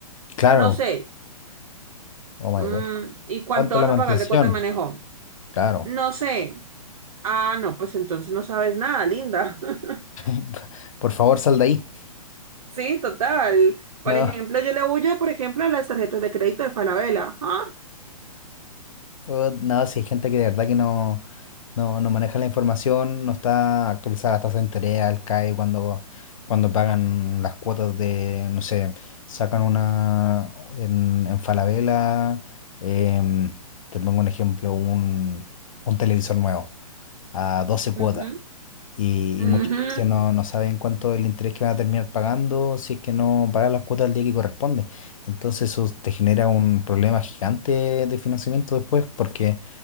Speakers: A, on the left (about 60°); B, on the right (about 65°).
A: claro.
B: No sé.
A: Oh
B: Mm,
A: my God.
B: ¿y cuánto
A: ¿Cuánto
B: vas
A: la mantención?
B: a pagar de cuota de manejo?
A: Claro.
B: No sé. Ah, no, pues entonces no sabes nada, linda. <laughs>
A: <laughs> Por favor, sal de ahí.
B: Sí, total. Por
A: No.
B: ejemplo, yo le huyo, por ejemplo, a las tarjetas de crédito de Falabella. ah
A: Pues, no, si hay gente que de verdad que no, no, no maneja la información, no está actualizada la tasa de interés, al CAE cuando, cuando pagan las cuotas de, no sé, sacan una en, en Falabella, em, te pongo un ejemplo, un, un televisor nuevo a doce cuotas.
B: Ujú,
A: Y,
B: ujú.
A: y muchas veces no, no saben cuánto es el interés que van a terminar pagando si es que no pagan las cuotas al día que corresponde. Entonces eso te genera un problema gigante de financiamiento después porque